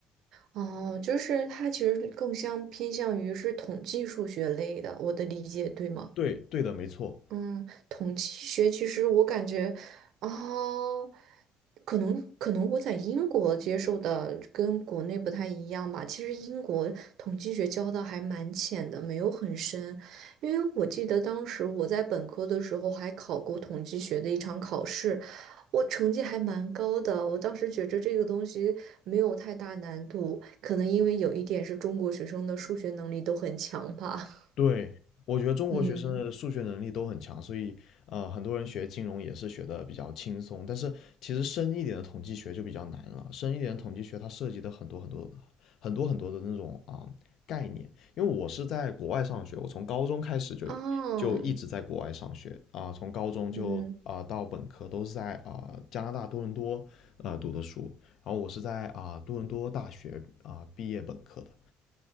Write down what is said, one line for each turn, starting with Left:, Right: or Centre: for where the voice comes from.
Right: 哦，就是它其实更像偏向于是统计数学类的，我的理解对吗？
Left: 对，对的，没错。
Right: 嗯，统计学其实我感觉，哦，可能可能我在英国接受的跟国内不太一样吧。其实英国统计学教的还蛮浅的，没有很深。因为我记得当时我在本科的时候还考过统计学的一场考试，我成绩还蛮高的。我当时觉着这个东西没有太大难度，可能因为有一点是中国学生的数学能力都很强吧。<laughs>
Left: 对，我觉得中国学生的数学能力都很强，
Right: 嗯，
Left: 所以呃，很多人学金融也是学的比较轻松。但是其实深一点的统计学就比较难了，深一点的统计学它涉及的很多很多很多很多的那种啊、概念。因为我是在国外上学，我从高中开始就就一直在国外上学啊、
Right: 哦。
Left: 从高中就啊、
Right: 嗯，
Left: 到本科都是在啊、加拿大多伦多呃读的书，然后我是在啊、多伦多大学啊、毕业本科的。